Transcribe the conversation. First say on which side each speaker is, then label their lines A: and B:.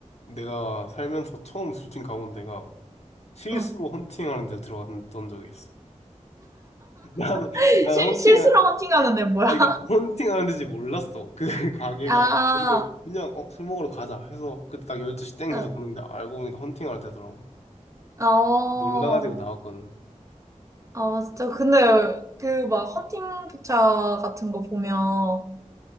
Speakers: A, on the left; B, on the right.
A: 내가 살면서 처음 술집 가본 데가 실수로
B: 응.
A: 헌팅하는 데 들어갔던 적이 있어. <laughs> 나는
B: <laughs>
A: 나는
B: 실,
A: 헌팅
B: 실수로
A: 아
B: 헌팅하는데 뭐야?
A: 그러니까 헌팅하는 데지 몰랐어. 그 <laughs> 가게가.
B: <laughs> 아,
A: 근데 그냥 어, 술 먹으러 가자 해서 그때 딱 12시 땡
B: 아,
A: 해서
B: 응.
A: 갔는데 알고 보니까 헌팅하는 데더라고.
B: 어.
A: 놀라가지고 나왔거든.
B: 아, 진짜. 근데 그 막 헌팅 기차 같은 거 보면